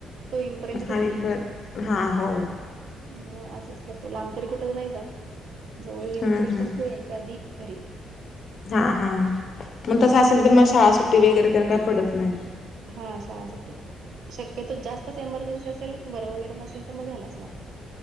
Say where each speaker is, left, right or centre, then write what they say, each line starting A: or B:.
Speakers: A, on the right (about 65°); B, on the left (about 55°).
A: तो येऊपर्यंत घरी
B: हायपट
A: यायचं.
B: हा हो.
A: मग असंच करतो, लांब तरी कुठंच नाही जात. जवळ गेलो
B: हम्म
A: तरी
B: हम्म
A: पण तो यायच्या आधी घरी.
B: हा हा मग तसं
A: हम्म.
B: असेल तर मग शाळा सुट्टी वगैरे त्यांना काही पडत नाही.
A: हा शाळा सुट्टी. शक्यतो जास्तच एमर्जन्सी असेल बरं वगैरे नसेल तर मग घ्यायलाच लागत.